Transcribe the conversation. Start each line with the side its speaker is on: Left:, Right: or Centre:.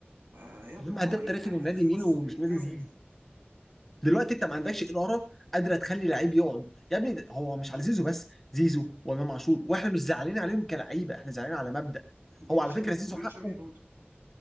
Right: آه يلا
Centre: يا عم
Right: باي
Centre: هداف تاريخي
Right: انا رايح
Centre: للنادي
Right: الخصم
Centre: مين ومش
Right: الازلي
Centre: نادي مين دلوقتي انت ما عندكش اداره قادره تخلي لعيب يقعد يا ابني ده- هو مش على زيزو بس زيزو وامام عاشور واحنا مش زعلانين عليهم كلعيبه احنا زعلانين على مبدأ
Right: وبين
Centre: هو على
Right: شرقي
Centre: فكره زيزو
Right: وبين
Centre: حقه
Right: شرقي برضه